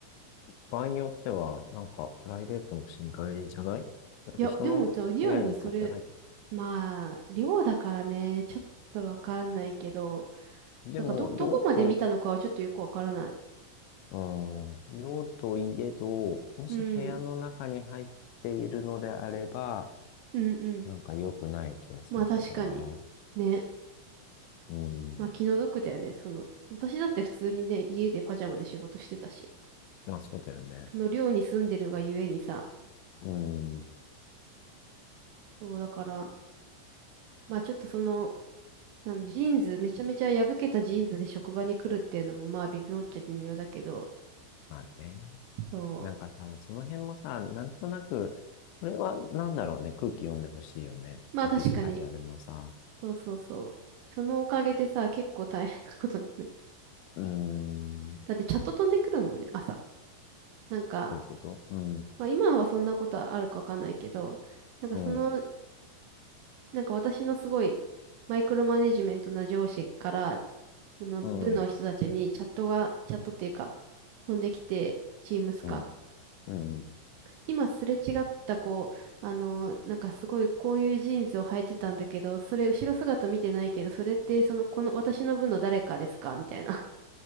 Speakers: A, on the left; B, on the right.
A: 場合によっては、なんか、プライベートの侵害じゃないだって人の部屋に勝手に入って、
B: いや、でもさ、リアルにそれ、まあ、寮だからね、ちょっとわからないけど、
A: でも、
B: なんかど、どこまで見たのかはちょっとよくわからない。
A: 寮と、うん、寮といえど、もし部屋の中に入っているのであれば、
B: うん、うん、うん。
A: なんか良くない気がするけどな。
B: まあ確かに。ね。
A: うん。
B: まあ気の毒だよね。その、私だって普通にね、家でパジャマで仕事してたし。
A: まあ、そうだよね。
B: その寮に住んでるがゆえにさ、
A: うん。
B: そうだから、まあちょっとその、なんジーンズ、めちゃめちゃ破けたジーンズで職場に来るっていうのもまあ微妙っちゃ微妙だけど、
A: まあね。
B: そ
A: なんかさ、その辺もさ、なんとなく、それはなんだろうね。空気読んでほしいよね。
B: う。まあ確かに。
A: オフィスカジュアルのさ、
B: そうそうそう。そのおかげでさ、結構大変なことにね。
A: うーん、ど
B: だってチャット飛んでくるもんね、朝。なんか、
A: ういうことうん、
B: まあ今はそんなことあるかわかんないけど、なんかその
A: うん、
B: なんか私のすごいマイクロマネジメントな上司から、その部の人たちにチャットが、
A: うん、
B: チャットっていうか、飛んできて、チームスか。
A: うん、うん。
B: 今すれ違った子、あの、なんかすごいこういうジーンズを履いてたんだけど、それ後ろ姿見てないけど、それってその、この私の部の誰かですかみたいな。